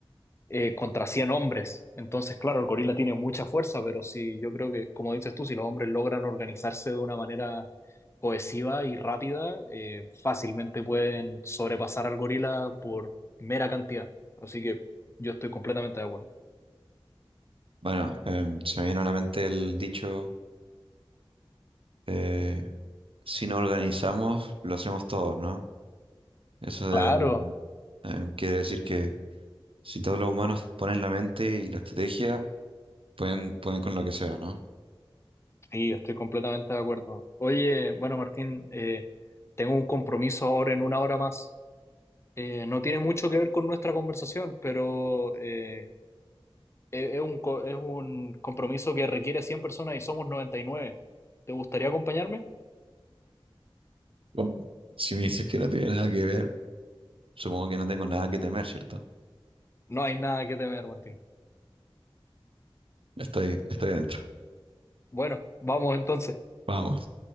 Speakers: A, on the left; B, on the right.
A: eh, contra 100 hombres. Entonces, claro, el gorila tiene mucha fuerza, pero si yo creo que, como dices tú, si los hombres logran organizarse de una manera cohesiva y rápida, eh, fácilmente pueden sobrepasar al gorila por mera cantidad. Así que yo estoy completamente de acuerdo.
B: Bueno, em, se me viene a la mente el dicho, eh, si no organizamos, lo hacemos todos, ¿no? Eso
A: Claro,
B: de- em, quiere decir que si todos los humanos ponen la mente y la estrategia, pueden, pueden con lo que sea, ¿no?
A: sí, estoy completamente de acuerdo. Oye, bueno, Martín, eh, tengo un compromiso ahora en una hora más. Eh, no tiene mucho que ver con nuestra conversación, pero eh, es, es un, co- es un compromiso que requiere 100 personas y somos noventa y nueve ¿Te gustaría acompañarme?
B: Bueno, si me dices que no tiene nada que ver, supongo que no tengo nada que temer, ¿cierto?
A: No hay nada que temer, Martín.
B: Estoy, estoy adentro.
A: Bueno, vamos entonces.
B: Vamos.